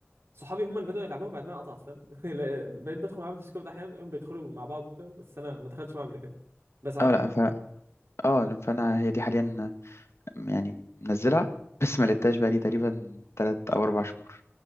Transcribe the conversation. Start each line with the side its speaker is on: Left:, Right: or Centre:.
Right: صحابي هم اللي بدأوا يلعبوها بعد ما انا قطعت فاهم <laughs> لا، بقيت بدخل معاهم ديسكورد احيانا هم بيدخلوا مع بعض وكده بس انا ما دخلتش معاهم قبل كده بس عارفها
Left: اه لا ف... اه فانا هي دي حاليا آه، يعني منزلها <laughs> بس ما لعبتهاش بقى لي تقريبا تلات او اربع شهور